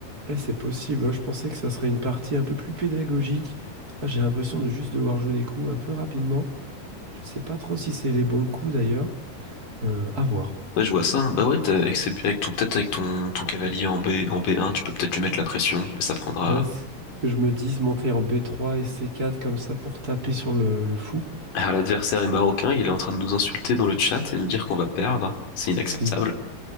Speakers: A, on the right; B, on the left.
A: Eh, c'est possible, hein. Je pensais que ça serait une partie un peu plus pédagogique. Là, j'ai l'impression de juste devoir jouer des coups un peu rapidement. Je sais pas trop si c'est les bons coups d'ailleurs. Euh, à voir.
B: Ouais, je vois ça. Bah ouais, t'as- avec, ses- avec ton, peut-être avec ton, ton cavalier en B, en B1, tu peux peut-être lui mettre la pression, mais ça prendra.
A: Voilà ce que je me dis monter en B3 et C4 comme ça pour taper sur le, le fou.
B: Alors, l'adversaire est marocain, il est en train de nous insulter dans le chat et nous dire qu'on va perdre. C'est inacceptable.
A: C'est hip-